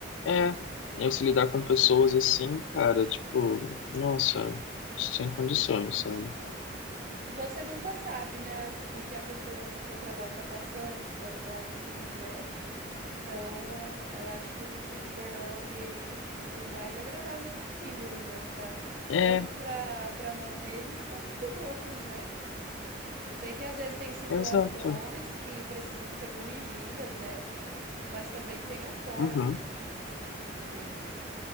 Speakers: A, on the left; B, on the right.
A: é, eu se lidar com pessoas assim, cara, tipo, nossa, sem condições, sabe?
B: E você nunca sabe, né, o que a pessoa ali no seu trabalho tá passando, fora dali, né? Então, eu acho que a gente tem que tornar o ambiente o, o mais agradável possível, né? Pra,
A: É,
B: tanto para para nós mesmos quanto para os outros, né? Eu sei que às vezes tem situações
A: exato.
B: que precisam ser corrigidas, né? Mas também tem a forma,
A: Uhum,
B: né, de, de dizer isso.